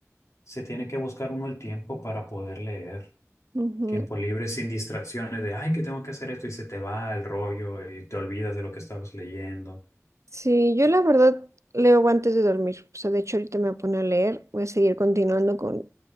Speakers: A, on the left; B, on the right.
A: Se tiene que buscar uno el tiempo para poder leer.
B: Ujú.
A: Tiempo libre, sin distracciones de, ay, que tengo que hacer esto y se te va el rollo y te olvidas de lo que estabas leyendo.
B: Sí, yo la verdad leo antes de dormir, o sea, de hecho ahorita me voy a poner a leer, voy a seguir continuando con